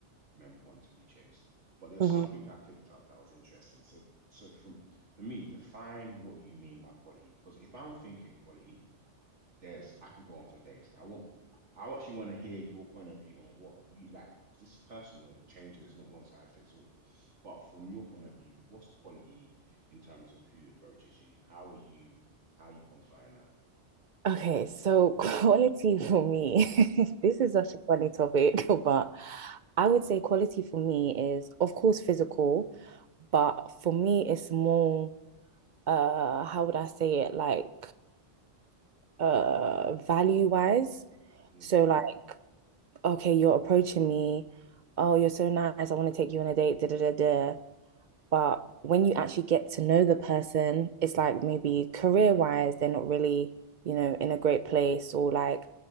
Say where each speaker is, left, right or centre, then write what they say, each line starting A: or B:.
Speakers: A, on the right; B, on the right.
A: men want to be chased, but there's
B: Mm-hmm.
A: something I picked up that was interesting. So so from for me, define what you mean by quality, because if I'm thinking quality. There's I can go on for days. I won't. I actually want to hear your point of view on what you like because this is personal. It changes. It's not one size fits all. But from your point of view, what's quality in terms of who approaches you? How are you? How are you quantifying that?
B: Okay, so <laughs> quality for me, <laughs> this is such a funny topic, <laughs> but I would say quality for me is, of course, physical, but for me, it's more, uh, how would I say it, like, uh, value-wise.
A: Mm,
B: So, like, okay, you're approaching me. Oh, you're so nice. I want to take you on a date. Da, da, da, da. But when you actually get to know the person, it's like maybe career wise, they're not really, you know, in a great place or like